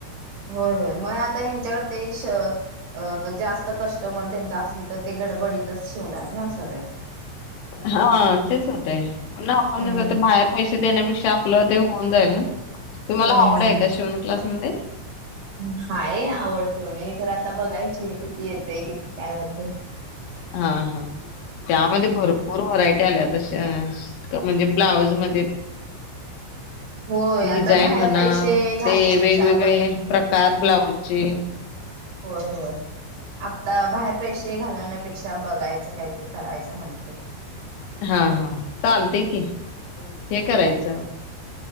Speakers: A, on the right; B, on the left.
A: होय होय म आता ह्यांच्याकडे ते <unintelligible> अ जास्त कस्टमर तेन <unintelligible> तर ते गडबडीत तसंच होणार ना सगळे
B: हा तेच होतय ना आपण
A: हम्म
B: कस ते बाहेर पैसे देण्यापेक्षा आपलं ते होऊन जाईल ना तुम्हाला
A: हम्म
B: आवड हाय काय शिवणक्लास मध्ये?
A: हाय आवड तेवढी खर आता बघायची किती येतय? किती काय होतय.
B: हा हा. त्यामध्ये भरपूर व्हरायटी <unintelligible> म्हणजे ब्लॉऊज म <unintelligible>
A: होय आता
B: डिझाईन
A: बाहेर
B: म्हणा
A: पैसे घालण्यापेक्षा
B: ते वेगवेगळे
A: आपण
B: प्रकार ब्लाउज चे
A: होय होय. आता बाहेर पैसे घालवण्यापेक्षा बघायचं काहीतरी करायचं म्हण
B: हा हा चालतंय की हे करायचं